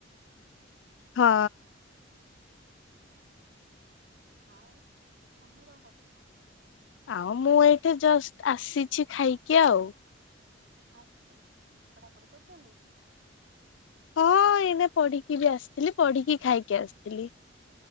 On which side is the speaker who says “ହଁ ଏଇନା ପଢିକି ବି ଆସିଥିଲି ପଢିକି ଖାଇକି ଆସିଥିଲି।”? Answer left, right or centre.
Left